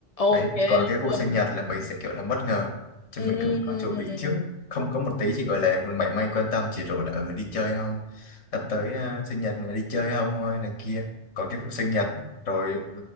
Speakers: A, on the left; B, on the left.
A: Ok
B: đấy còn cái vụ
A: luôn.
B: sinh nhật là mình sẽ kiểu là bất ngờ chứ
A: Ừm,
B: mình không có chuẩn bị trước không có một tí chỉ gọi là mảy may quan tâm chỉ rủ là ừ, đi chơi không sắp tới ờ, sinh nhật này đi chơi không thôi là kia còn cái vụ sinh nhật rồi